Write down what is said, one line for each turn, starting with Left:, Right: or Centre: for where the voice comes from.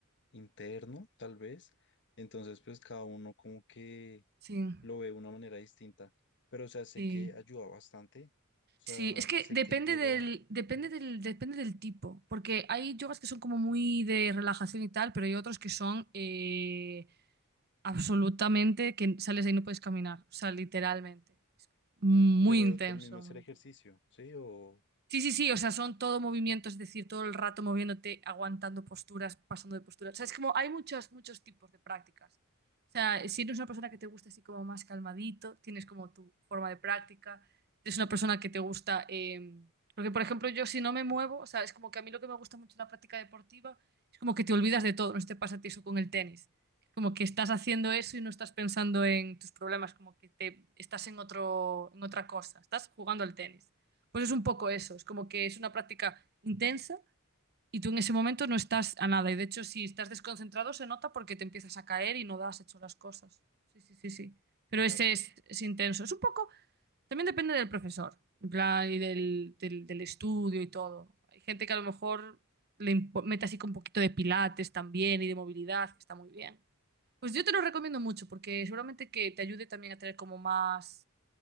Left: interno, tal vez, entonces pues cada uno como que
Right: sí,
Left: lo ve de una manera distinta, pero o sea, sé
Right: sí.
Left: que ayuda bastante, o sea,
Right: Sí, es que
Left: sé
Right: depende
Left: que el yoga,
Right: del, depende del, depende del tipo, porque hay yogas que son como muy de relajación y tal, pero hay otros que son eh, absolutamente que sales de ahí y no puedes caminar, o sea, literalmente. Es muy
Left: pero
Right: intenso,
Left: del mismo hacer
Right: muy intenso.
Left: ejercicio, ¿sí? O,
Right: Sí, sí, sí, o sea, son todo movimiento, es decir, todo el rato moviéndote, aguantando posturas, pasando de posturas. O sea, es como hay muchos, muchos tipos de prácticas. O sea, si eres una persona que te gusta así como más calmadito, tienes como tu forma de práctica. Si eres una persona que te gusta, eh, porque por ejemplo yo si no me muevo, o sea, es como que a mí lo que me gusta mucho en la práctica deportiva es como que te olvidas de todo, no sé si te pasa a ti eso con el tenis. como que estás haciendo eso y no estás pensando en tus problemas, como que te, estás en otro, en otra cosa, estás jugando al tenis. Pues es un poco eso, es como que es una práctica intensa y tú en ese momento no estás a nada. Y de hecho, si estás desconcentrado, se nota porque te empiezas a caer y no das hecho las cosas. Sí, sí, sí, sí. Pero
Left: claro,
Right: ese es, es intenso. Es un poco, también depende del profesor, en plan, y del, del- del estudio y todo. Hay gente que a lo mejor le impo- mete así con un poquito de pilates también y de movilidad, que está muy bien. Pues yo te lo recomiendo mucho porque seguramente que te ayude también a tener como más